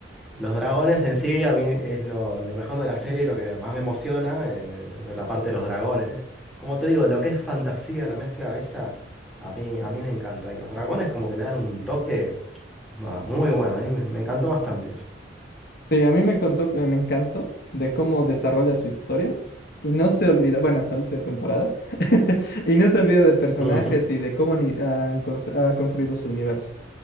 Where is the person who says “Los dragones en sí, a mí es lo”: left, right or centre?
Centre